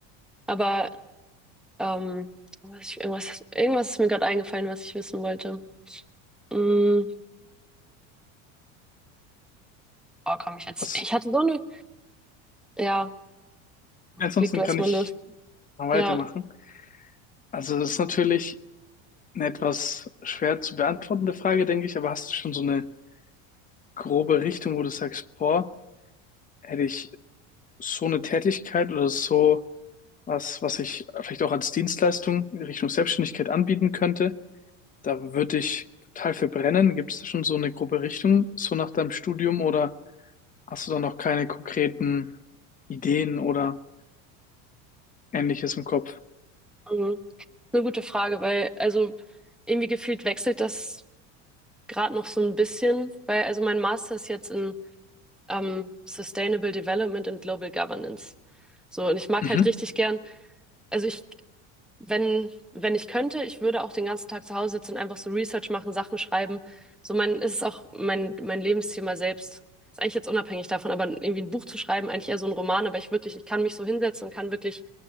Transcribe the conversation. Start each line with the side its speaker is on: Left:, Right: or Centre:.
Centre: Aber ähm, was ich, irgendwas, irgendwas ist mir gerade eingefallen, was ich wissen wollte. Hm, oh, komm ich jetzt.
Left: Was,
Centre: Ich hatte so eine. Ja,
Left: ansonsten
Centre: leg du erst
Left: kann ich
Centre: mal los.
Left: mal weitermachen.
Centre: Ja.
Left: Also das ist natürlich Eine etwas schwer zu beantwortende Frage, denke ich, aber hast du schon so eine grobe Richtung, wo du sagst, boah, hätte ich so eine Tätigkeit oder so was, was ich vielleicht auch als Dienstleistung in Richtung Selbstständigkeit anbieten könnte, da würde ich total für brennen. Gibt es da schon so eine grobe Richtung, so nach deinem Studium oder hast du da noch keine konkreten Ideen oder Ähnliches im Kopf?
Centre: mhm. Eine gute Frage, weil also irgendwie gefühlt wechselt das gerade noch so ein bisschen, weil also mein Master ist jetzt in ähm, Sustainable Development and Global Governance. So, und ich mag
Left: Mhm.
Centre: halt richtig gern, also ich, wenn, wenn ich könnte, ich würde auch den ganzen Tag zu Hause sitzen und einfach so Research machen, Sachen schreiben. So mein, ist es auch mein, mein Lebensthema selbst. Ist eigentlich jetzt unabhängig davon, aber irgendwie ein Buch zu schreiben, eigentlich eher so ein Roman, aber ich wirklich, ich kann mich so hinsetzen und kann wirklich